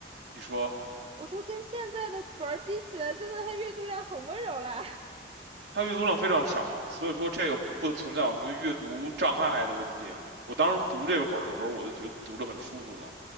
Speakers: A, on the right; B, on the right.
A: 你说
B: 我说跟现在的本儿比起来，真的他阅读量很温柔啦。
A: 它阅读量非常少，所以说这个不存在有什么阅读障碍的问题。我当时读这个本儿的时候，我就觉得读着很舒服嘛，